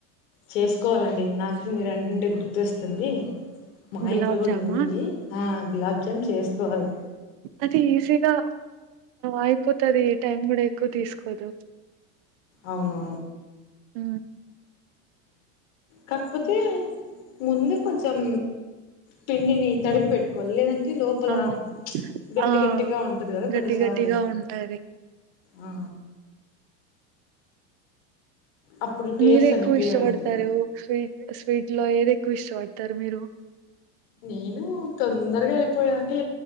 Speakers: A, on the left; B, on the right.
A: చేసుకోవాలండి నాకు మీరు అండుంటే గుర్తు తెస్తుంది మా
B: గులాబ్
A: ఇంట్లో కూడా
B: జామా
A: ఉంది ఆ గులాబ్జామ్ చేసుకోవాలి
B: అది ఈజీగా అయిపోతుది టైం కూడా ఎక్కువ తీసుకోదు
A: అవును
B: హ
A: కాకపోతే ముందు కొంచెం పిండిని తడిపి పెట్టుకోవాలి లేదంటే లోపల
B: అవును
A: గట్టి
B: ఆ
A: గట్టిగా ఉంటది కదా
B: గటి
A: కొన్నిసార్లు
B: గటిగా ఉంటాయి
A: ఆ అప్పుడు టేస్ట్
B: మీరే ఎక్కువ
A: అనిపియదు
B: ఇష్టపడతారు
A: అంతగా
B: స్వీట్ స్వీట్ లో ఏద ఎక్కువ ఇష్టపడతారు మీరు
A: నేను తొందరగా అయిపోయాే అంటే